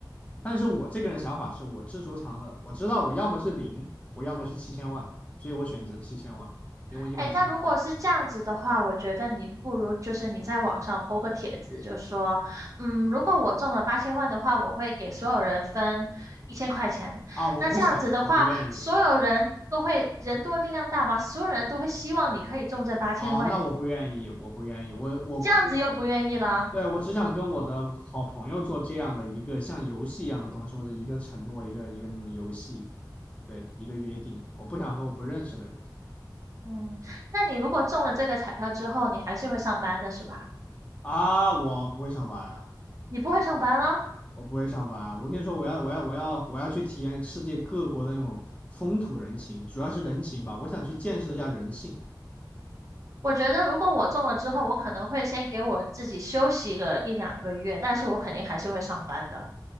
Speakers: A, on the left; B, on the right.
A: 但是我这个人的想法是我知足常乐，我知道我要么是零，我要么是七千万，所以我选择七千万，因为我已经把一千万分给你
B: 哎，那如果是这样子的话，我觉得你不如就是你在网上 po 个帖子，就说，嗯，如果我中了八千万的话，我会给所有人分一千块钱。
A: 啊，我不想，
B: 那这样子的话，
A: 我不愿意。
B: 所有人都会人多力量大嘛，所有人都会希望你可以中这八千万，
A: 啊，那我不愿意，
B: 你
A: 我不愿意，我我不我
B: 这样子又不愿意了，
A: 对，我只想跟我的好朋友做这样的一个像游戏一样的东西，或者一个承诺，一个一个那种游戏，对，一个约定。我不想和我不认识的人
B: 嗯，那你如果中了这个彩票之后，你还是会上班的是吧？
A: 啊，我不会上班啊，
B: 你不会上班了？
A: 我不会上班啊。我跟你说，我要我要我要我要去体验世界各国的那种风土人情，主要是人情吧。我想去见识一下人性
B: 我觉得如果我中了之后，我可能会先给我自己休息个一两个月，但是我肯定还是会上班的。